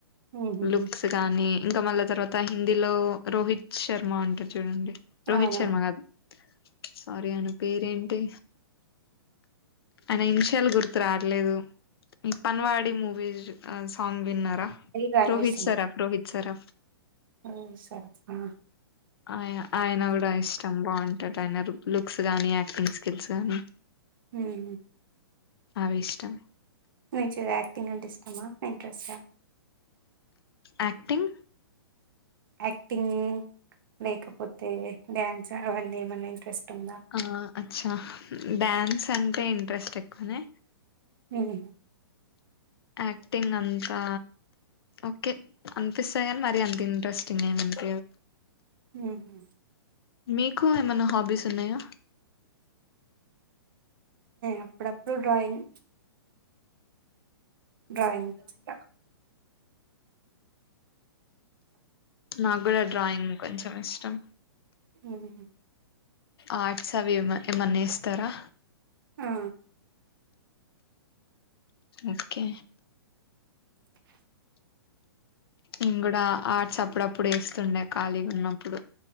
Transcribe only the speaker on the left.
లుక్స్ కానీ ఇంకా మళ్ళా తర్వాత హిందీలో రోహిత్ శర్మ ఉంటారు చూడండి రోహిత్
శర్మ కాదు సారీ అయన పేరేంటి అయన ఇషాలు గుర్తు రావలేదు ఇ పని వాడ మూవీ సాంగ్ విన్నారు
రోహ
సరాఫ రోహ సరాఫ
ఆయ ఆయన కూడా ఇష్టం బాగుంటాడు ఆయన లుక్స్ గానీ యాక్టింగ్ స్కిల్స్ గానీ
అవి ఇష్టం
యాక్టింగ్
ఆ అచ్చా డ్యాన్స్ అంటే ఇంట్రెస్ట్ ఎక్కువనే
యాక్టింగ్ అంతా ఓకే అనిపిస్తా నీ మరి అంత ఇంట్రెస్టింగ్ ఏమంత
మీకు ఏమైనా హాబీస్ ఉన్నాయా
నాకు కూడా డ్రాయింగ్ కొంచం ఇష్టం
ఆర్ట్స్ అవి ఏమ ఏమన్నా ఇస్తారా
ఓకే ఇం కూడా ఆర్ట్స్ అప్పుడప్పుడు వేస్తుండే ఖాళీగా ఉన్నప్పుడు